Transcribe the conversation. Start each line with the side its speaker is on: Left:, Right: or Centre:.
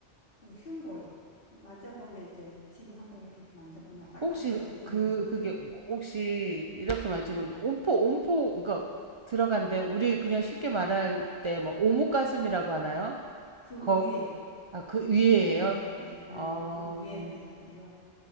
Left: 그 흉골 만져보면 이제 지금 한번 이렇게 만져보면 딱딱하게
Right: 혹시
Left: 보이는
Right: 그 그게 뭐- 혹시 이렇게 만지면
Left: 음,
Right: 온포 온포 그러니까 들어간데 우리 그냥 쉽게 말할 때 뭐 오목가슴이라고 하나요?
Left: 그
Right: 거
Left: 위에
Right: 아 그
Left: 그
Right: 위에예요?
Left: 위에를 해야 돼. 예,
Right: 아,
Left: 그 위에를 해야 돼요.